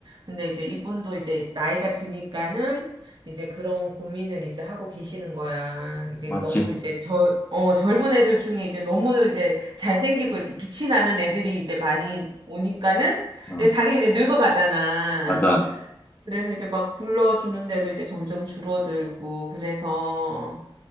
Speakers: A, on the right; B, on the left.
A: 근데 이제 이분도 이제 나이가 드니까는 이제 그런 고민을 이제 하고 계시는 거야. 이제
B: 맞지.
A: 너무 이제 저, 어, 젊은 애들 중에 이제 너무 이제 잘생기고 이렇게 빛이 나는 애들이 이제 많이 오니까는
B: 어,
A: 이제 자기 이제 늙어가잖아.
B: 맞아.
A: 그래서 이제 막 불러주는데도 이제 점점 줄어들고, 그래서,